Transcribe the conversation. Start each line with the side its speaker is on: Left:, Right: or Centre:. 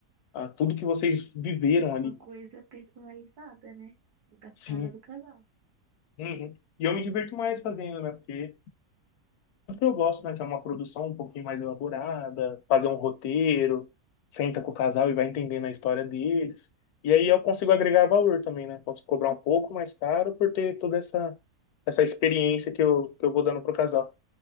Left: a tudo que vocês viveram ali.
Right: Uma coisa personalizada, né? Da cara
Left: Sim.
Right: do casal.
Left: Uhum. E eu me diverto mais fazendo, né? Porque que eu gosto, né? Que é uma produção um pouquinho mais elaborada, fazer um roteiro, senta com o casal e vai entendendo a história deles. E aí eu consigo agregar valor também, né? Posso cobrar um pouco mais caro por ter toda essa, essa experiência que eu, que eu vou dando pro casal.